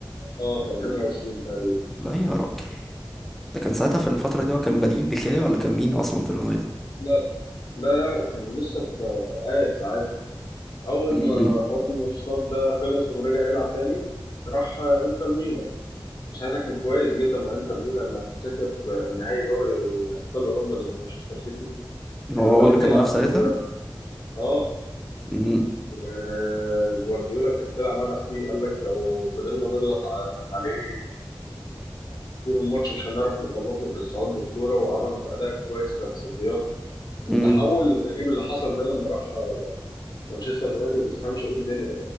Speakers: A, on the left; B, in the centre.
A: اه في 2020 تقريبا
B: لا يا راجل ده كان ساعتها
A: مم.
B: في الفترة دي هو كان بديل دكايا ولا كان مين أصلا في اليونايتد؟
A: لا لا لا كان لسه في اياكس عادي اول
B: امم
A: ما حوار المنشطات ده خلص ورجع يلعب تاني راح انتر ميلان ساعتها كان كويس جدا مع انتر ميلان لو تفتكر آه، نهائي دوري ابطال اوروبا ضد مانشستر سيتي
B: هو
A: كان هو
B: هو
A: اللي
B: اللي
A: بيلعب
B: كان واقف ساعتها؟
A: و اه
B: امم
A: آه، جوارديولا كان طلع مدح فيه قال لك لو فضلنا نضغط ع- عليه طول الماتش مش هنعرف نغلطه في الصعود بالكوره وعمل اداء كويس كتصديات التحول
B: امم
A: الغريب اللي حصل ده لما راح مانشستر يونايتد ما تفهمش ايه الدنيا